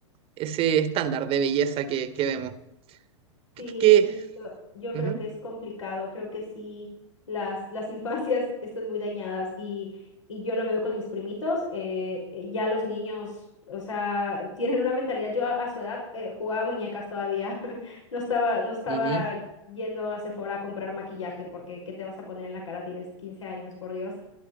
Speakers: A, on the right; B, on the left.
A: ese estándar de belleza que, que vemos. ¿Qué?
B: Sí,
A: qué-
B: sí,
A: qué?
B: yo, yo creo
A: Ujú,
B: que es complicado, creo que sí, las, las <laughs> infancias están muy dañadas y, y yo lo veo con mis primitos, eh, eh, ya los niños, o sea, tienen una mentalidad, yo a, a su edad eh, jugaba muñecas todavía, <laughs> no estaba, no estaba
A: ujú,
B: yendo a Sephora a comprar maquillaje porque ¿qué te vas a poner en la cara? Tienes 15 años, por Dios.